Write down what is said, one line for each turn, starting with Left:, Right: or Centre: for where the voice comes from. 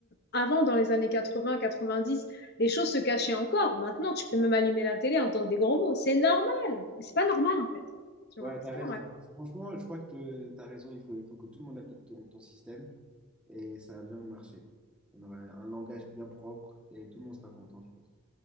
Left: Avant, dans les années quatre-vingts quatre-vingt-dix, les choses se cachaient encore. Maintenant, tu peux même allumer la télé, entendre des gros mots. C'est normal. Mais c'est pas normal, en fait. Tu
Centre: ouais,
Left: vois,
Centre: t'as
Left: c'est
Centre: raison.
Left: pas normal.
Centre: Franchement, je crois que te- t'as raison. Il faut, il faut que tout le monde applique ton, ton système et ça va bien marcher. On aura un langage bien propre et tout le monde sera content, je pense.